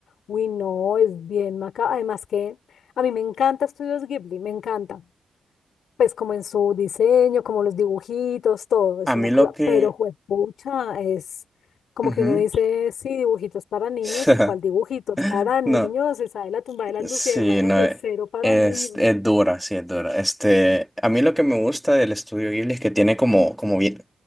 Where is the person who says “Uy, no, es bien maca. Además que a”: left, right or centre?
Left